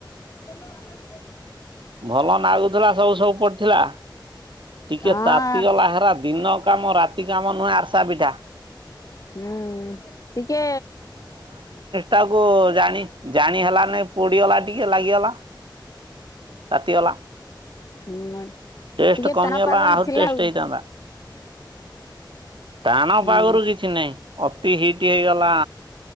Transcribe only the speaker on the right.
ଭଲ ନାଗୁଥିଲା ସବୁ ସବୁ ପଡିଥିଲା। ଟିକେ
ତାତିଗଲା ହେରା ଦିନ କାମ ରାତି କାମ ନୁହେଁ ଆର୍ସା ପିଠା।
ତାକୁ ଜାଣି ଜାଣି ହେଲା ନାଇ ପୋଡିଗଲା ଟିକେ ଲାଗିଗଲା। ତାତିଗଲା
ଟଷ୍ଟ
କମିଗଲା
ଆହୁରି
ଟେଷ୍ଟ
ହେଇଥାନ୍ତା। ଟାଣ
ପାାଗରୁ କିଛି ନାହିଁ ଅତି ହିଟ୍ ହେଇଗଲା।